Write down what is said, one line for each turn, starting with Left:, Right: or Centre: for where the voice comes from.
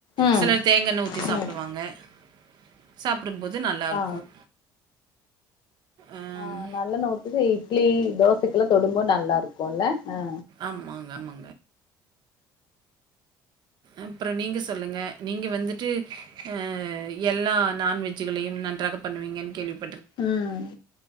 Left: ம்
Right: சிலர் தேங்காண்ண ஊத்தி சாப்டுவாங்க
Left: ம்
Right: சப் சாப்பிடுபோது நல்லாருக்கும்
Left: ஆ
Right: அம்
Left: ஆஹ் நல்லணூத்தி இட்லி தோசைக்கெல்லா தொடும்போ நல்லா இருக்குல்ல ஆ
Right: ஆமாங்க ஆமா அப்புறம் நீங்க சொல்லுங்க நீங்க வந்துட்டு அஹ் எல்லா நாண்வெஜ்களையும் நன்றாக பண்ணுவீங்கன்னு கேள்விப
Left: உம்